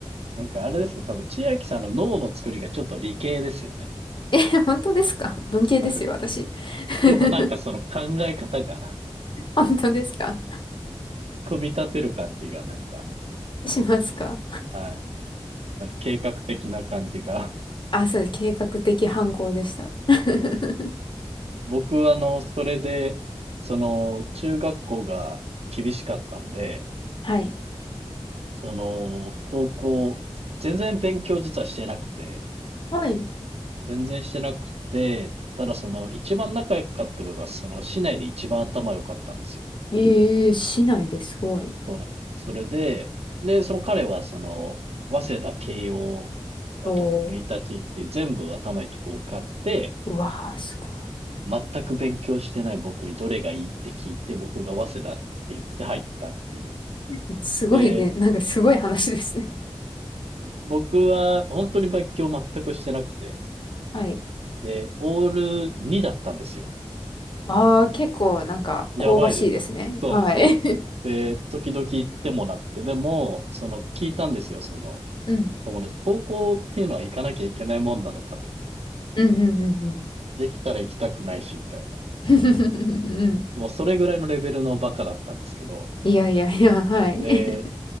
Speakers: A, on the right; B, on the left.
A: なんかあれですね、多分千秋さんの脳の作りがちょっと理系ですよね。
B: <laughs> え、本当ですか文系ですよ、
A: なんか、
B: 私。<laughs>
A: でもなんかその考え方が
B: 本当ですか
A: 組み立てる感じがなんか、
B: しますか
A: はい。あり計画的な感じが、
B: あ、そうです、計画的犯行でした。<laughs>
A: そう僕、あの、それで、その、中学校が厳しかったんで、
B: はい。
A: その、高校、全然勉強実はしてなくて、
B: はい。
A: 全然してなくて、ただその、一番仲良かった子が、その、市内で一番頭良かったんですよ。
B: ええ市内ですごい。
A: いそうなんです。それで、で、その彼は、その、早稲田、慶応、あと、
B: おー、
A: 国立っていう全部頭いいとこ受かって、
B: うわー、すご
A: 全く勉強してない僕にどれがいいって聞いて、僕が早稲田って言って入ったっていう。
B: い。すごいね、
A: で、
B: なんかすごい話ですね。
A: 僕は本当に勉強全くしてなくて、
B: はい。
A: で、オール2だったんですよ。
B: ああ、結構なんか香ばしいですね。
A: やばいです。そうです、
B: はい。
A: そうです。
B: <laughs>
A: で、時々行ってもなくて、でも、その、聞いたんですよ、その、
B: うん。
A: 友達。高校っていうのは行かなきゃいけないもんなのかと。
B: <laughs> うんうんうんうん。
A: できたら行きたくないし、みたいな。
B: <laughs> うん
A: もうそれぐらいのレベルのバカだったんですけど、
B: いやいやいや、はい。
A: で、
B: <laughs>